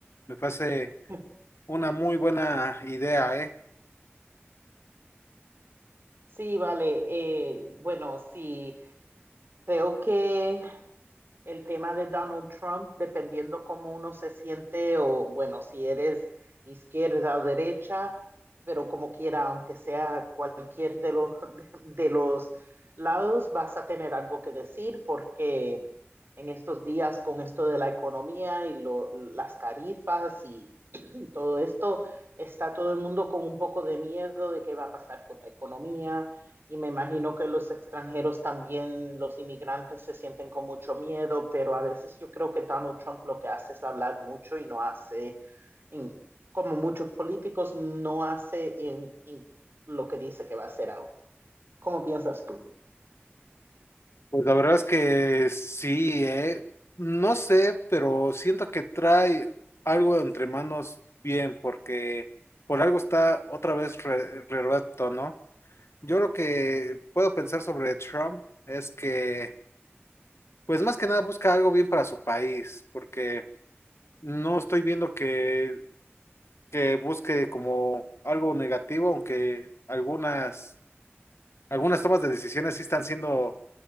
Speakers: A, on the left; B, on the right.
A: Me parece
B: <laughs>
A: una
B: Sí,
A: muy buena idea, ¿eh?
B: sí, vale, eh, bueno, sí, creo que el tema de Donald Trump, dependiendo cómo uno se siente o, bueno, si eres izquierda o derecha, pero como quiera, aunque sea cualquier de los, <laughs> de los lados, vas a tener algo que decir porque en estos días con esto de la economía y lo, las tarifas y <clears throat> todo esto, está todo el mundo con un poco de miedo de qué va a pasar con la economía, y me imagino que los extranjeros también, los inmigrantes se sienten con mucho miedo, pero a veces yo creo que Donald Trump lo que hace es hablar mucho y no hace, en- como muchos políticos, no hace en- en lo que dice que va a hacer aún. ¿Cómo piensas tú?
A: Pues la verdad es que sí, ¿eh? No sé, pero siento que trae algo entre manos bien porque por algo está otra vez re reelecto, ¿no? Yo lo que puedo pensar sobre Trump es que... Pues más que nada busca algo bien para su país, porque no estoy viendo que, que busque como algo negativo, aunque algunas, algunas tomas de decisiones sí están siendo